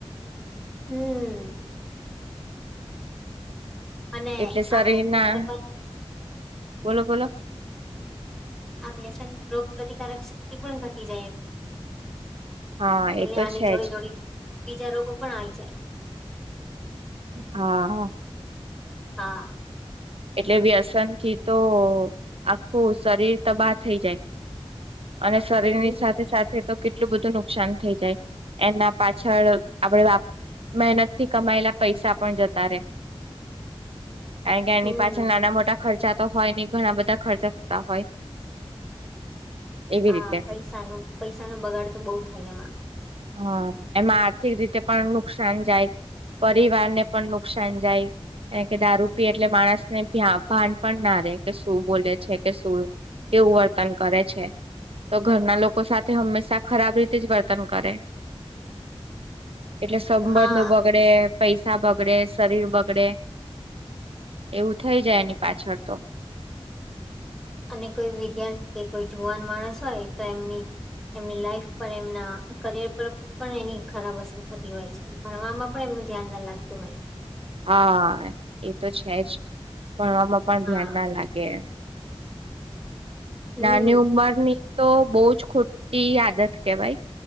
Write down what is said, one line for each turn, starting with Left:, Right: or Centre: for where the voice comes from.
Centre: હમ અને
Right: એટલે શરીર
Centre: આ વ્યસન
Right: ના
Centre: કરવા
Right: બોલો બોલો,
Centre: આ વ્યસન રોગ પ્ર્રતિકારક શક્તિ પણ ઘટી જાય એમ
Right: હા
Centre: એટલે
Right: એ તો
Centre: આની
Right: છે
Centre: જોડે
Right: જ
Centre: જોડીે બીજા રોગો પણ આવીઈ જાય.
Right: હા
Centre: હા
Right: એટલે વ્યસન થી તો આખું શરીર તબાહ થઈ જાય અને શરીરની
Centre: હમ
Right: સાથે સાથે તો, કેટલું બધું નુકસાન થઈ જાય એના પાછળ આપડ મહેનતથી કમાયેલા પૈસા પણ જતા રહેે, કારણ કે એની
Centre: હમ
Right: પાછળ નાના મોટા ખર્ચા તો હોય નને ઘણા બધા ખર્ચા થતા હોય એવી
Centre: હા
Right: રીતે
Centre: પૈસા ન પૈસા નો બગાડ તો બહુ થાય એમાં
Right: હા એમાં આર્થિક રીતે પણ નુકસાન જાય પરિવાર ને પણ નુકસાન જાય, કારણ કે દારૂ પી એટલે માણસ ને ભાન પણ ના રે કે શું બોલે છે કે શું એવું વર્તન કરે છે તો ઘરના લોકો સાથે હંમેશા ખરાબ રીતે જ વર્તન કરે, એટલે સંબંધો
Centre: હા
Right: બગડે પૈસા બગડે શરીર બગડે એવું થઇ જાય એની પાછળ તો,
Centre: અને કોઈ વિદ્યાર્થી કે કોઈ જુવાન માણસ હોય તો એમની એમની લાઈફ પર એમના કરિયર પર પણ એની ખરાબ અસર થતી હોય છે, ભણવામાં પણ એ, ધ્યાન ના લાગતું હોય
Right: હા એ તો છે જ ભણવામાં પણ
Centre: હા
Right: ધ્યાન ના લાગે,
Centre: હમ
Right: નાની ઉંમર ની તો બહ જ ખોટી આદત કેવાય